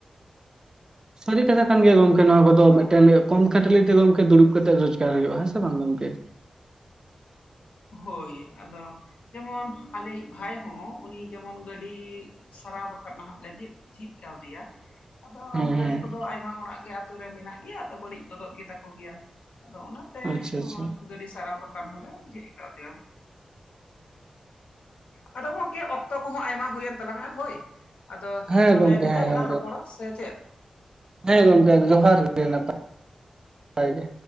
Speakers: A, on the right (about 30°); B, on the left (about 80°).
A: ᱥᱟᱹᱨᱤ ᱠᱟᱛᱷᱟ ᱠᱟᱱ ᱜᱮᱭᱟ ᱜᱚᱝᱠᱮ ᱱᱚᱣᱟ ᱠᱚᱫᱚ,
B: ᱟᱫᱚ
A: ᱢᱤᱫᱴᱮᱱ ᱜᱮ ᱠᱚᱢ ᱠᱷᱟᱹᱴᱞᱤ ᱛᱮ ᱜᱚᱝᱠᱮ ᱫᱚᱲᱩᱵ ᱠᱟᱛᱮᱜ ᱨᱚᱡᱜᱟᱨ ᱦᱩᱭᱩᱜ-ᱟ ᱾ᱦᱮᱸᱥᱮ ᱵᱟᱝ ᱜᱚᱝᱠᱮ?
B: ᱦᱳᱭ ᱾ᱟᱫᱚ ᱡᱮᱢᱚᱱ ᱟᱞᱮᱭᱤᱜ ᱵᱷᱟᱭ ᱦᱚᱸ ᱩᱱᱤ ᱡᱮᱢᱚᱱ ᱜᱟᱹᱰᱤ, ᱥᱟᱨᱟᱣ ᱫᱚᱠᱟᱱ ᱱᱟᱦᱟᱜ ᱞᱮ ᱡᱷᱤ ᱡᱷᱤᱡᱽ ᱠᱟᱣᱫᱮᱭᱟ᱾ ᱟᱫᱚ
A: ᱦᱮᱸ
B: ᱜᱟᱹᱰᱤ
A: ᱦᱮᱸ
B: ᱠᱚᱫᱚ ᱟᱭᱢᱟ ᱦᱚᱲᱟᱜ ᱜᱮ ᱟᱛᱩ ᱨᱮ ᱢᱮᱱᱟᱜ ᱜᱮᱭᱟ, ᱟᱫᱚ ᱵᱟᱹᱲᱤᱡ ᱜᱚᱫᱚᱜ ᱜᱮ ᱛᱟᱠᱚ ᱜᱮᱭᱟ᱾ ᱟᱫᱚ ᱚᱱᱟ ᱛᱮ,
A: ᱟᱪᱪᱷᱟ
B: ᱱᱚᱣᱟ
A: ᱟᱪᱪᱷᱟ
B: ᱜᱟᱹᱰᱤ ᱥᱟᱨᱟᱣ ᱫᱚᱠᱟᱱ ᱦᱚᱸ ᱞᱮ ᱡᱷᱤᱡᱽ ᱠᱟᱣᱫᱮᱭᱟ᱾ ᱟᱫᱚ ᱜᱚᱝᱠᱮ, ᱚᱠᱛᱚ ᱠᱚᱦᱚᱸ ᱟᱭᱢᱟ ᱦᱩᱭᱮᱱ ᱛᱟᱞᱟᱝᱼᱟ ᱦᱳᱭ᱾ ᱟᱫᱚ
A: ᱦᱮᱸ
B: ᱛᱟᱦᱞᱮ
A: ᱜᱚᱝᱠᱮ
B: ᱱᱮᱠᱟ
A: ᱦᱮᱸ
B: ᱜᱮ ᱞᱟᱝ
A: ᱜᱚᱝᱠᱮ
B: ᱨᱚᱯᱚᱲᱟ ᱥᱮ ᱪᱮᱫ?
A: ᱦᱮᱸ ᱜᱚᱝᱠᱮ
B: ᱦᱳᱭ᱾
A: <inaudible> ᱱᱟᱯᱟᱭ ᱜᱮ᱾